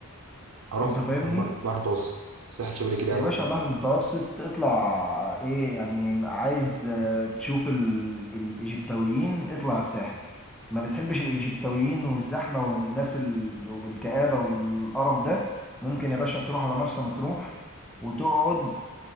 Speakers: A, on the right; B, in the centre.
A: اروح
B: <laughs> انت
A: فين؟
B: فاهمني
A: البحر البحر المتوسط الساحل الشمالي كده يعني
B: يا باشا
A: أروح
B: البحر
A: فين؟
B: المتوسط اطلع ايه يعني عايز آه، تشوف ال... الايجيبتويين اطلع الساحل ما بتحبش الايجيبتويين والزحمه والناس ال... والكآبه والقرف ده ممكن يا باشا تروح على مرسى مطروح وتقعد